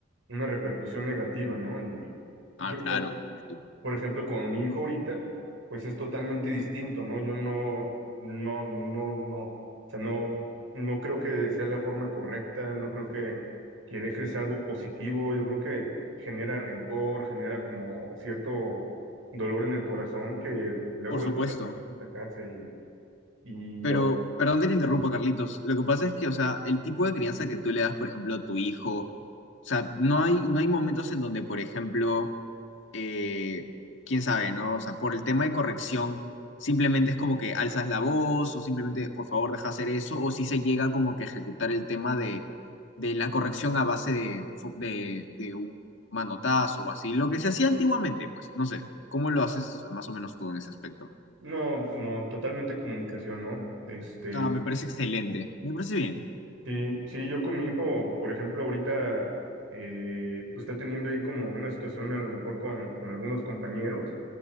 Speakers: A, on the right; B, on the left.
A: una repercusión negativa, ¿no? Y
B: Ah,
A: yo,
B: claro, sí,
A: por ejemplo, con mi hijo ahorita, pues es totalmente distinto, ¿no? Yo no, no, no, no, o sea, no, no creo que sea la forma correcta, no creo que, que dejes algo positivo, yo creo que genera rencor, genera como cierto dolor en el corazón que luego
B: por supuesto.
A: es sacarse y,
B: Pero,
A: y
B: perdón que te interrumpo, Carlitos. Lo que pasa es que, o sea, el tipo de crianza que tú le das, por ejemplo, a tu hijo, o sea, no hay, no hay momentos en donde, por ejemplo, eh, quién sabe, ¿no? O sea, por el tema de corrección, simplemente es como que alzas la voz o simplemente, por favor, deja hacer eso, o si se llega como que a ejecutar el tema de, de la corrección a base de, fu- de, de un manotazo o así, lo que se hacía antiguamente, pues, no sé, ¿cómo lo haces más o menos tú en ese aspecto?
A: No, no, totalmente comunicación, ¿no? Este,
B: Ah, me parece excelente, me parece bien.
A: sí, sí, yo con mi hijo, por ejemplo, ahorita, eh, pues está teniendo ahí como una situación a lo mejor con, con algunos compañeros,